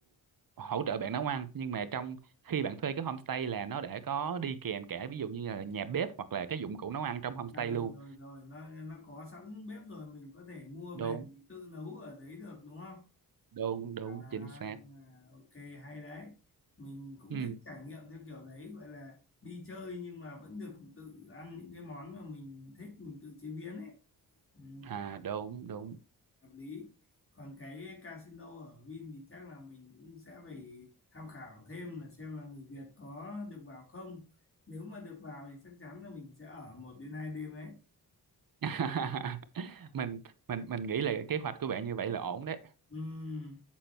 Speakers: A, on the right; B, on the left.
A: hỗ trợ bạn nấu ăn nhưng mà trong khi bạn thuê cái homestay là nó đã có đi kèm cả ví dụ như là nhà bếp hoặc là cái dụng cụ nấu ăn trong homestay
B: à, rồi
A: luôn
B: rồi rồi nó nó có sẵn bếp rồi mình có thể mua
A: đúng
B: về mình tự nấu ở đấy được đúng không?
A: đúng đúng
B: À,
A: chính xác
B: ok hay đấy. Mình cũng
A: ừ
B: thích trải nghiệm theo kiểu đấy gọi là đi chơi nhưng mà vẫn được tự ăn những cái món mà mình thích mình tự chế biến ấy. Ừ.
A: à đúng đúng
B: hợp lý còn cái casino ở Vin thì chắc là mình cũng sẽ phải tham khảo thêm là xem là người Việt có được vào không nếu mà được vào thì chắc chắn là mình sẽ ở một đến hai đêm đấy
A: <laughs> mình mình mình nghĩ là kế hoạch của bạn như vậy là ổn đấy
B: Ừm,